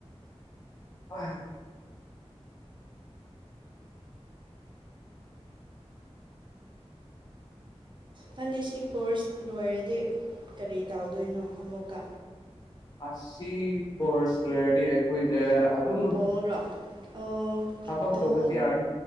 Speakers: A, on the left; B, on the right.
A: ꯍ
B: ꯅꯪꯗꯤ ꯁꯤ ꯀꯣꯔꯁ ꯂꯣꯏꯔꯗꯤ ꯀꯔꯤ ꯇꯧꯗꯣꯏꯅꯣ ꯑꯃꯨꯛꯀ
A: ꯑꯁꯤ ꯀꯣ꯭ꯔꯁ ꯂꯣꯢꯔꯗꯤ ꯑꯩꯈꯣꯏꯁꯦ ꯑꯗꯨꯝ
B: ꯕꯣꯜꯔꯣ ꯑꯣ
A: ꯊꯕꯛ
B: ꯕꯣꯜ
A: ꯇꯧꯕꯁꯨ ꯌꯥꯔꯅꯤ